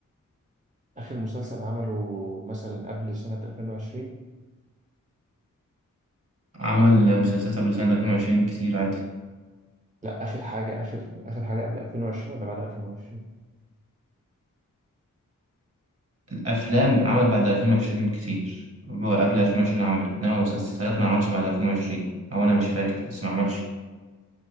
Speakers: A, on the right; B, on the right.
A: آخر مسلسل عمله مثلا قبل سنة 2020
B: عمل مسلسلات قبل سنه 2020 كتير عادي
A: لا آخر حاجة آخر آخر حاجة قبل 2020 ولا بعد 2020
B: أفلام عمل بعد 2020 كتير هو قبل 2020 عمل إنما مسلسلات ما عملش بعد 2020 أو أنا مش فاكر بس ما عملش